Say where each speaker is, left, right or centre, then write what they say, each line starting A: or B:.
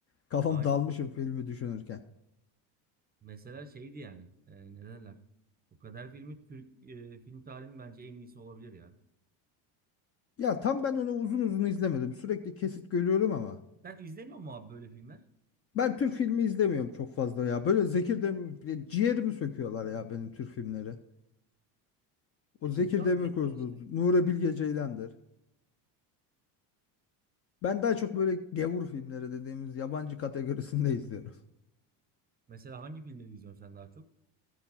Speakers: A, on the left (about 35°); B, on the right (about 20°).
A: Kafam
B: Aynen.
A: dalmışım filmi düşünürken.
B: Mesela şeydi yani. E, ne derler? O kadar filmi Türk e, film tarihinin bence en iyisi olabilir ya.
A: Ya tam ben onu uzun uzun izlemedim. Sürekli kesit görüyorum ama.
B: Sen izlemiyor musun abi böyle filmler?
A: Ben Türk filmi izlemiyorum çok fazla ya. Böyle Zekir Demir bile ciğerimi söküyorlar ya benim Türk filmleri. O
B: Ya
A: Zekir
B: izle abi
A: Demirkubuz,
B: ne güzel işte.
A: Nuri Bilge Ceylan'dır. Ben daha çok böyle gevur filmleri dediğimiz yabancı kategorisinde izliyorum.
B: Mesela hangi filmleri izliyorsun sen daha çok?